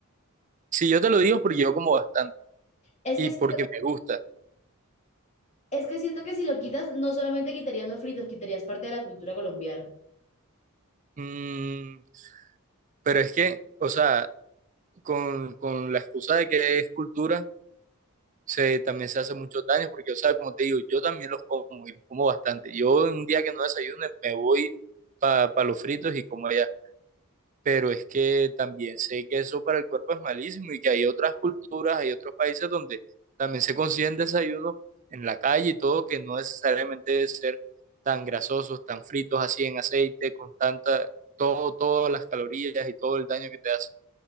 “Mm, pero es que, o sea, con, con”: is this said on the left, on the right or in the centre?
Right